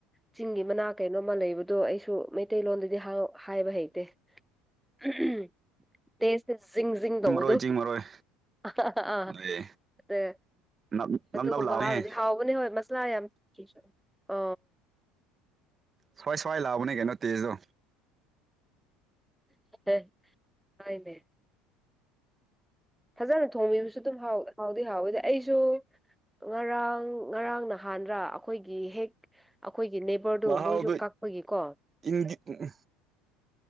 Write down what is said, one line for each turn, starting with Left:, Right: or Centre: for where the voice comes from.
Centre: ꯆꯤꯡꯒꯤ ꯃꯅꯥ ꯀꯩꯅꯣꯝꯃ ꯂꯩꯕꯗꯣ ꯑꯩꯁꯨ ꯃꯩꯇꯩꯂꯣꯟꯗꯗꯤ ꯍꯧ ꯍꯥꯏꯕ ꯍꯩꯇꯦ <unintelligible> ꯇꯦꯁꯇ ꯖꯤꯡ ꯖꯤꯡ
Right: ꯆꯤꯡ
Centre: ꯇꯧꯕꯗꯨ
Right: ꯃꯔꯣꯏ ꯆꯤꯡ ꯃꯔꯣꯏ
Centre: ꯑꯍꯍꯑ
Right: ꯑꯗꯨꯗꯤ
Centre: ꯇ
Right: ꯅꯞ ꯅꯞ
Centre: ꯑꯗꯨꯒꯨꯝꯕ
Right: ꯅꯞ ꯂꯥꯎꯅꯦꯍꯦ
Centre: ꯍꯥꯎꯔꯗꯤ ꯍꯥꯎ ꯄꯨꯅꯦ ꯍꯣꯏ ꯃꯁꯂꯥ ꯌꯥꯝ ꯇꯤꯁꯨ ꯑ
Right: ꯁ꯭ꯋꯥꯏ ꯁꯋꯥꯏ ꯂꯥꯎꯕꯅꯦ ꯀꯩꯅꯣ ꯇꯦꯖꯗꯣ
Centre: ꯍ ꯍꯣꯏꯅꯦ ꯐꯖꯅ ꯊꯣꯡꯕꯤꯕꯁꯨ ꯑꯗꯨꯝ ꯍꯥꯎ ꯍꯥꯎꯗꯤ ꯍꯥꯎꯋꯦꯗꯤ ꯑꯩꯁꯨ ꯉꯔꯥꯡ ꯉꯔꯥꯡ ꯅꯍꯥꯟꯔ ꯑꯩꯈꯣꯏꯒꯤ ꯍꯦꯛ ꯑꯩꯈꯣꯏꯒꯤ ꯅꯦꯕꯔꯗꯣ
Right: ꯃꯍꯥꯎꯗꯣ
Centre: ꯃꯣꯏꯁꯨ ꯀꯛꯄꯒꯤ ꯀꯣ
Right: ꯏꯪꯗꯤ ꯄꯨꯛꯎ